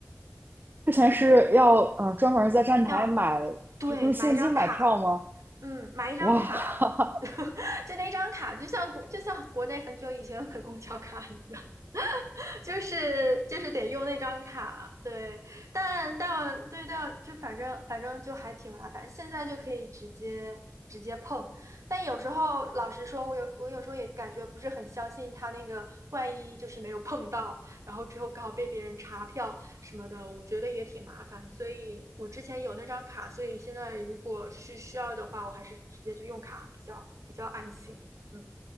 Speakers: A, on the right; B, on the right.
A: 之前是要嗯专门在站台买，
B: 要对买一张卡。
A: 就用现金买票吗？
B: 嗯，买一张卡，
A: 哇哈哈，
B: <laughs> 就那张卡，就像国就像国内很久以前有的公交卡一样。就是就是得用那张卡，对，但但对但就反正反正就还挺麻烦，现在就可以直接直接碰，但有时候老实说，我有我有时候也感觉不是很相信他那个，万一就是没有碰到，然后之后刚好被别人查票什么的，我觉得也挺麻烦，所以我之前有那张卡，所以现在如果是需要的话，我还是直接就用卡比较比较安心，嗯